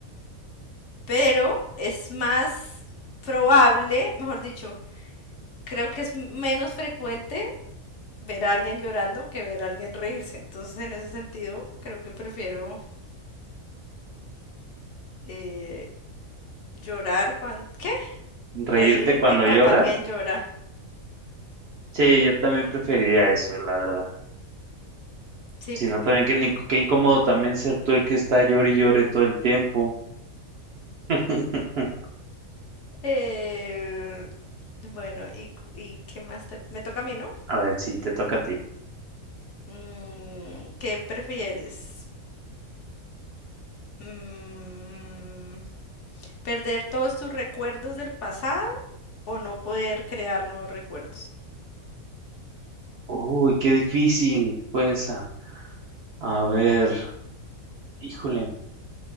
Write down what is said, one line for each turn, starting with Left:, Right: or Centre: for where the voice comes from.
Left: Pero es más probable, mejor dicho, creo que es menos frecuente ver a alguien llorando que ver a alguien reírse. Entonces, en ese sentido, creo que prefiero... eh, Llorar cuando... ¿Qué?
Right: ¿Reírte
Left: Reírme
Right: cuando
Left: cuando
Right: llora?
Left: alguien llora.
Right: Sí, yo también preferiría eso, la verdad.
Left: Sí,
Right: Si
Left: porque...
Right: no, también qué, ni- qué incómodo también ser tú el que está llore y llore todo el tiempo. <laughs>
Left: eh, bueno, y, y qué más te... Me toca a mí, ¿no?
Right: A ver, si te toca a ti.
Left: Mm, ¿qué prefieres? Mm, ¿perder todos tus recuerdos del pasado o no poder crear nuevos recuerdos?
Right: Uy, qué difícil fue esa. A ver, híjole,